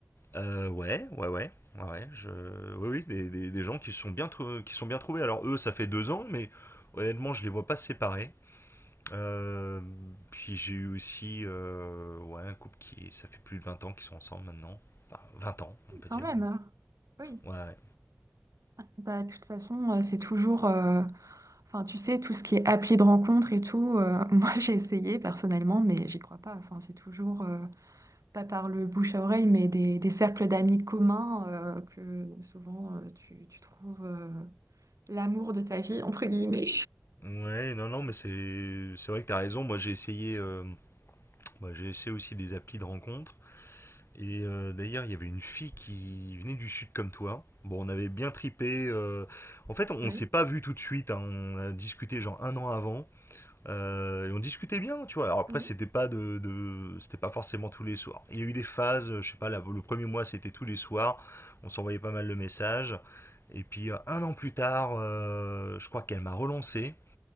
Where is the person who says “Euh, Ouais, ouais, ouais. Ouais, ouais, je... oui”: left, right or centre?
Left